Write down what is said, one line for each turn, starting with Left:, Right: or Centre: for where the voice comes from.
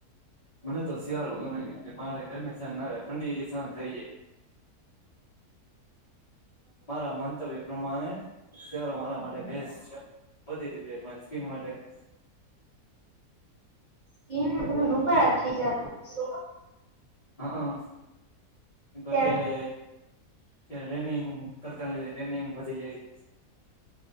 Left: <unintelligible> મને તો શિયાળો ગમે કેમકે મારે હેને ઠંડી હજી સહન થઈ જાય. મારા મંતવ્ય પ્રમાણે સલો મારા માટે બેસ્ટ છે. બધી રીતે સ્કીન માટે. <inaudible>
Right: તન મતલબ રૂપ. શીજ <inaudible>
Left: હા હા <inaudible>
Right: ત્યારે
Left: અત્યારે, ટ્રેનિંગ લીધે ટ્રેનિંગ વધી જાય.